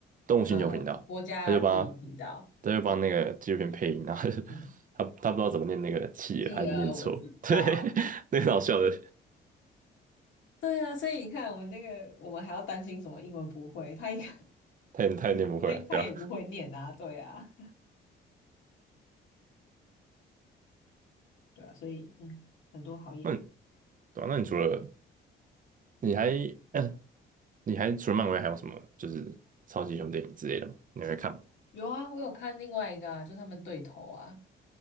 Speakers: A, on the right (about 40°); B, on the left (about 70°).
A: 动物星球频道，
B: 呃国家地理频道，
A: 他就帮他就帮那个纪录片配音，然后他就
B: 嗯，
A: <laughs> 他他不知道怎么念那个企鹅，
B: 继而我知道。
A: 还是念错，<laughs> 对，那个很好笑的，
B: 对啊，所以你看，我们那个，我们还要担心什么英文不会？他一个
A: 他也他也念不会啊，
B: <laughs>，他他也不会念啊，
A: 对吧、啊
B: 对啊，对啊，所以嗯，很多好演员。
A: 那你对啊，那你除了你还，嗯？你还除了漫威还有什么就是超级英雄电影之类的吗？你会看吗？
B: 有啊，我有看另外一个啊，就他们对头啊，